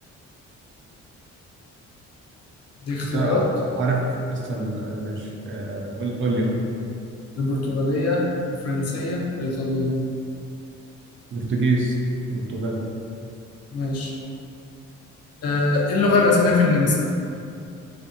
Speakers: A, on the left; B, on the right.
A: دي اختيارات
B: انت عارف استنى ماشي آه، قول قول لي قول لي
A: البرتغالية، الفرنسية، الإيطالية،
B: برتغيز برتغال
A: ماشي، آه، ايه اللغة الرسمية في النمسا؟